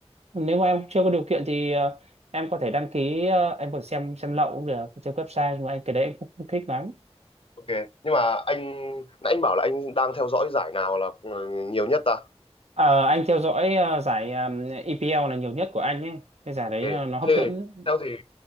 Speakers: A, on the right (about 75°); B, on the left (about 55°).
A: nếu mà em chưa có điều kiện thì ờ, em có thể đăng ký ờ, em còn xem xem lậu cũng được trên website nhưng mà anh cái đấy anh cũng không thích lắm
B: Ok. Nhưng mà anh nãy anh bảo là anh đang theo dõi giải nào là ờ, nhiều nhất ta?
A: Ờ, anh theo dõi ờ, giải ờ, EPL là nhiều nhất của anh ấy cái giải đấy
B: Ok.
A: là nó hấp
B: Thế thì
A: dẫn
B: theo thì